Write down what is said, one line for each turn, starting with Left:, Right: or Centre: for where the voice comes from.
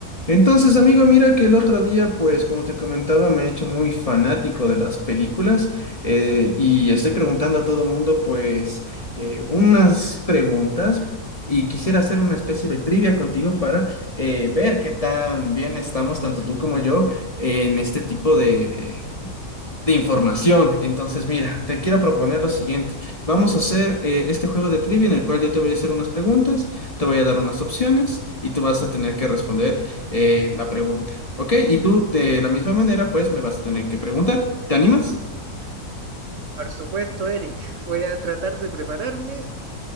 Left: Entonces, amigo, mira que el otro día, pues como te comentaba, me he hecho muy fanático de las películas eh, y estoy preguntando a todo mundo, pues, eh, unas preguntas y quisiera hacer una especie de trivia contigo para eh, ver qué tan bien estamos, tanto tú como yo, en este tipo de, de información. Entonces, mira, te quiero proponer lo siguiente. Vamos a hacer eh, este juego de trivia en el cual yo te voy a hacer unas preguntas, te voy a dar unas opciones y tú vas a tener que responder eh, la pregunta. ¿Ok? Y tú de la misma manera, pues me vas a tener que preguntar. ¿Te animas?
Right: Por supuesto, Eric. Voy a tratar de prepararme.